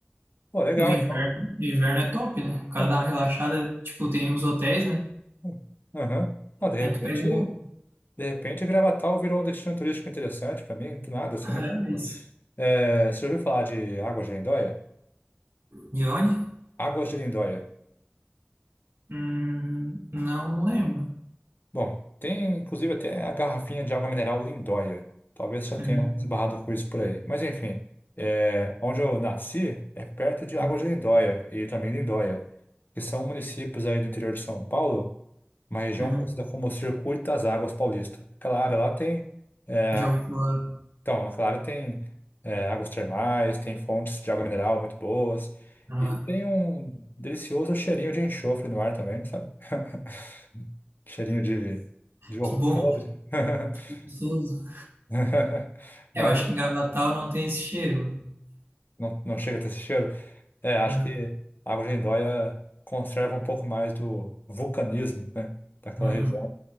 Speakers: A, on the left (about 55°); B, on the right (about 90°).
A: Pô, legal
B: No inverno,
A: então.
B: no inverno é top, né? O cara
A: Hum,
B: dá uma relaxada, tipo, tem uns hotéis, né?
A: hum, aham. Ó, de repente,
B: Aí tu pega um. <laughs>
A: de repente Gravatal virou um destino turístico interessante para mim, do nada assim,
B: Ah,
A: nem.
B: é isso.
A: É, você já ouviu falar de Águas de Lindóia?
B: De onde?
A: Águas de Lindóia.
B: Hum, não lembro.
A: Bom, tem inclusive até a garrafinha de água mineral Lindóia. Talvez já
B: Uhum,
A: tenha esbarrado com isso por aí. Mas enfim, é, onde eu nasci é perto de Águas
B: uhum.
A: de Lindóia e também Lindóia, que são municípios aí do interior de São Paulo, uma região
B: uhum.
A: conhecida como Circuito das Águas Paulista. Aquela área lá tem é,
B: Já ouvi falar.
A: então, a Clara tem é, águas termais, tem fontes de água mineral muito boas
B: Ah,
A: e tem um delicioso cheirinho de enxofre no ar também, sabe? <laughs> Cheirinho de, de ovo
B: que bom,
A: podre.
B: que
A: <laughs>
B: gostoso.
A: <laughs> Mas
B: É, eu acho que em Gravatal não tem esse cheiro.
A: não, não chega a ter esse cheiro. É, acho
B: Não,
A: que a água de Lindóia conserva um pouco mais do vulcanismo, né? Daquela
B: Hum,
A: região.